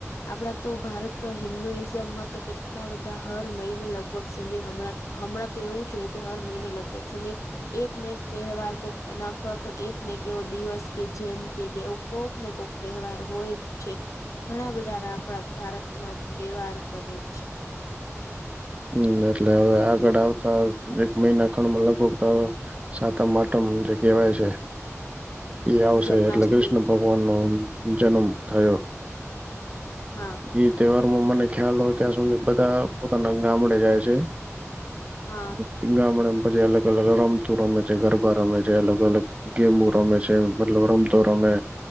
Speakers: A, on the left; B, on the right.
A: આપણા તો ભારત હિન્દુઈઝમમાં તો કેટલા બધા હર મહિને લગભગ સુધી હમણાં હમણાં તો એવું જ હોય કે હર મહિને લગભગ સુધી, એક ને એક તહેવાર નક તો એક ને કે એવો દિવસ કે જયંતિ કે એવું કોઈક ને કોક તહેવાર હોય છે. ઘણા બધા આપણા ભારતમાં તહેવાર બને છે.
B: હમ એટલે હવે આગળ આવતા એક મહિના ખંડમાં લગભગ સાતમ માટમ જે કેહેવાય છે. એ આવશે
A: જન્માષ્ટમી
B: એટલે કૃષ્ણ ભગવાન નો જન્મ થયો.
A: હા.
B: ઈ તહેવારમાં મને ખ્યાલ હોય ત્યાં સુધી બધા પોતાના ગામડે જાય છે.
A: હા
B: ધિંગામણમ પછી અલગ અલગ રમતું રમે છે ગરબા રમે છે અલગ અલગ. ગેમું રમે છે મતલબ રમતો રમે.